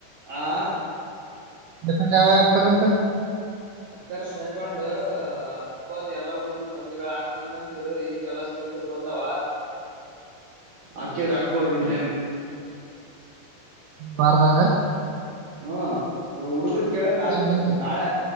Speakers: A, on the right (about 70°); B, on the right (about 85°).
A: ಆ
B: ಫೆಂಡ ಯಾವಾಗಗ್ತಂತ
A: ಅತರ್ ಸ್ಟೈಫಂಡ್ ಅಕ್ಬದ್ ಎಲ್ಲಾ ಹುಡುಗರು ಬಂದಿಗಳ ಹಾಕ್ನಂತ ಅಂದಿದ್ರು ಈಗಲ್ಲಾ ಸುಲ್ ಬಂದಾವ ಆಕಿದ್ರೆ ಆಗ್ಬೋದು ಇನ್ನೇನ್
B: ಬಾರತಾಗ
A: ಹ್ಮ್ ಅದ ಹುಡುಗರು ಕೇಳಿದ್ರೆ ಆಗುತ್ತಪ್ಪ
B: ಬಂದಿ
A: ನಾಳೆ